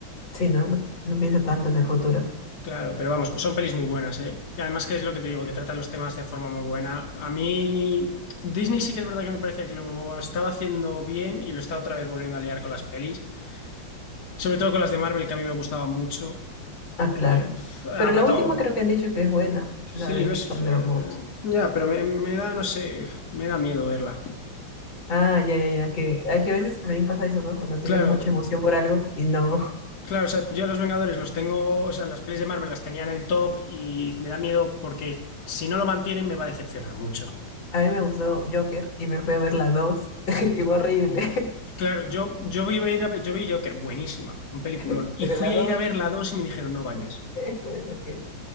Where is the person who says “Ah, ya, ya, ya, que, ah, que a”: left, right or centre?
Left